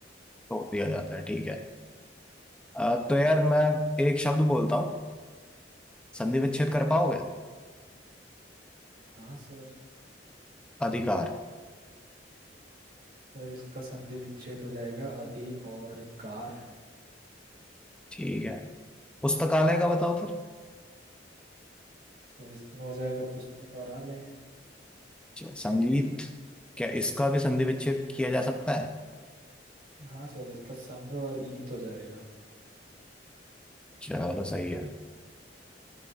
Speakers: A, in the centre; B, on the right.
A: तोड़ दिया जाता है ठीक है अ, तो यार मैं एक शब्द बोलता हूँ संधि विच्छेद कर पाओगे
B: हाँ सर
A: अधिकार
B: सर इसका संधि विच्छेद हो जाएगा अधि और कार
A: ठीक है पुस्तकालय का बताओ फिर
B: सर इसमें हो जाएगा पुस्तक और आलय
A: चलो, संगीत क्या इसका भी संधि विच्छेद किया जा सकता है
B: हाँ सर इसका संग और ईत हो जाएगा
A: चलो सही है